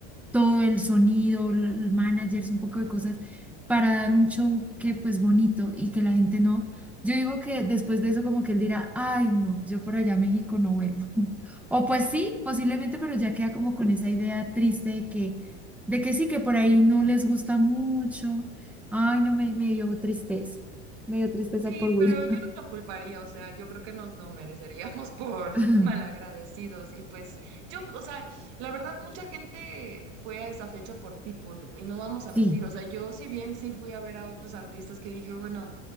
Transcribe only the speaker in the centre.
todo el sonido, l- el managers, un poco de cosas para dar un show que pues bonito y que la gente no yo digo que después de eso como que él dirá, ay, no, yo por allá a México no vuelvo. <laughs> O pues sí, posiblemente, pero ya queda como con esa idea triste de que, de que sí, que por ahí no les gusta mucho. Ay, no, me, me dio tristeza. Me dio tristeza
por Will.
<laughs>
Sí,